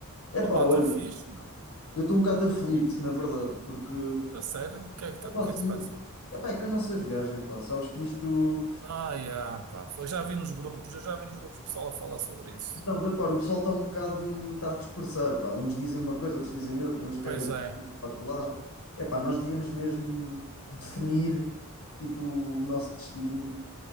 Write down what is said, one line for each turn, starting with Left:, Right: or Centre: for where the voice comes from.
Left: Epá,
Right: Opa,
Left: olha,
Right: estou fixe, não.
Left: eu estou um bocado aflito, na verdade, porque...
Right: A sério? O que é que, tá-
Left: Epá,
Right: o que
Left: assim,
Right: é que se passa?
Left: epá, é que a nossa viagem, pá, sabes que isto...
Right: Ah, yeah, pá, eu já vi nos grupos, eu já vi nos grupos o pessoal a falar sobre isso.
Left: Estás a par, o pessoal está um bocado... Está a dispersar, pá. Uns dizem uma coisa, outros dizem outra, uns querem
Right: Pois é,
Left: ir para lá. Epá, nós devíamos mesmo definir, tipo, o nosso destino.